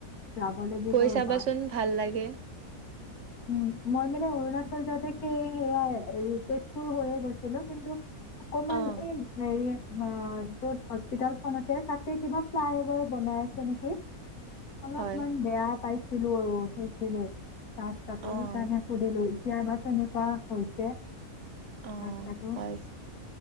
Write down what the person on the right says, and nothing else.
গৈ
চাবাচোন ভাল লাগে।
অঁ
হয়
অঁ
অঁ
হয়